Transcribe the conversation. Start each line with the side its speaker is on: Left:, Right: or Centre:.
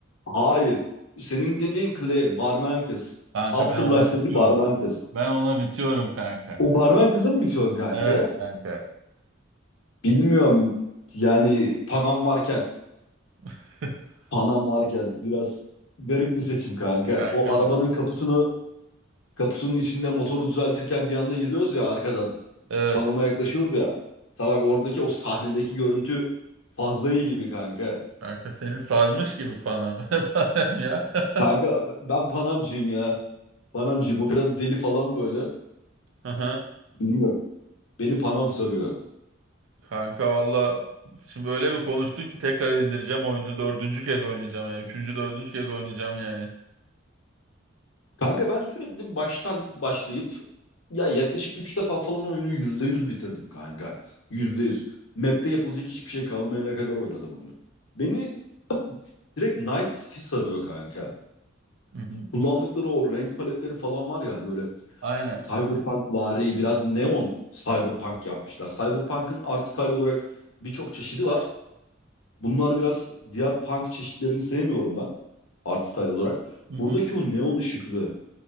Left: Hayır. Senin dediğin Claire, barmen kız.
Right: Kanka
Left: Afterlife'daki
Right: ben ona bitiyorum.
Left: barmen kız.
Right: Ben ona bitiyorum kanka.
Left: O barmen kızı mı bitiyorsun kanka?
Right: Evet kanka.
Left: Bilmiyorum. Yani Panam varken,
Right: <laughs>
Left: Panam varken biraz garip bir seçim kanka.
Right: Kanka
Left: O arabanın kaputunu, kaputunun içinde motoru düzeltirken bir anda giriyoruz ya arkadan.
Right: evet.
Left: Panama yaklaşıyoruz ya. Mesela bak oradaki o sahnedeki görüntü fazla iyi gibi kanka.
Right: Kanka seni sarmış gibi panam <laughs> panam ya. <laughs>
Left: Kanka ben Panamcıyım ya. Panamcıyım. O biraz deli falan böyle.
Right: Aha.
Left: Bilmiyorum. Beni Panam sarıyor.
Right: Kanka valla şimdi öyle bir konuştun ki tekrar indireceğim oyunu. Dördüncü kez oynayacağım yani. Üçüncü, dördüncü kez oynayacağım yani.
Left: Kanka ben sürekli baştan başlayıp ya yaklaşık 3 defa falan oyunu %100 bitirdim kanka. %100. Map'te yapılacak hiçbir şey kalmayana kadar oynadım oyunu. Beni direkt Night City sarıyor kanka.
Right: Hı hı.
Left: Kullandıkları o renk paletleri falan var ya hani böyle
Right: Aynen.
Left: Cyberpunk vari biraz neon cyberpunk yapmışlar. Cyberpunk'ın art style olarak birçok çeşidi var. Bunlar biraz diğer punk çeşitlerini sevmiyorum ben art style olarak.
Right: Hı hı.
Left: Buradaki o neon ışıklı